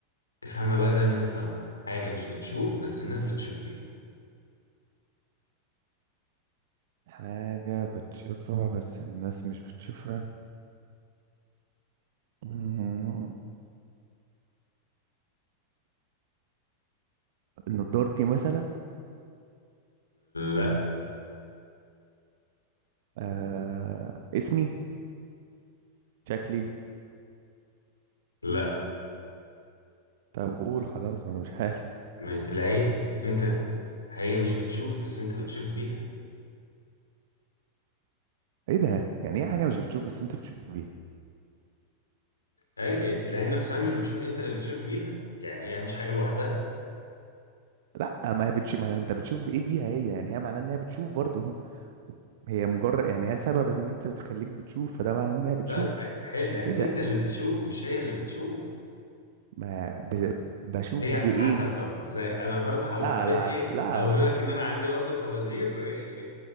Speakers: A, on the left; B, on the right.
A: افهمها بقى زي ما تفهمها حاجة مش بتشوف بس الناس بتشوف بيها
B: حاجة بتشوفها بس الناس مش بتشوفها مم. نضارتي مثلا
A: لا
B: آه... اسمي شكلي
A: لا
B: طب قول خلاص ما انا مش عارف
A: ما- العين انت هي مش بتشوف بس انت بتشوف بيها
B: ايه ده يعني ايه حاجة مش بتشوف بس انت بتشوف بيها
A: ايوه العين نفسها مش بتشوف انت اللي بتشوف بيها يعني هي مش حاجة لوحدها
B: لا ما هي بتشوف ما انت بتشوف بايه بيها هي يعني هي معناها ان هي بتشوف برضو هي مجرد يعني هي سبب ان انت بتخليك بتشوف فده معناه انها بتشوف
A: طيب آه، حلو يعني
B: ايه ده
A: انت اللي بتشوف مش هي اللي بتشوف
B: ما ب... بشوف
A: هي
B: بايه
A: هتتحسب برضو زي انا برضو حو-
B: لا
A: حبيت
B: لا
A: ايه
B: لا
A: اوري
B: لا لا
A: لك ان انا عندي برضو فوازير إيه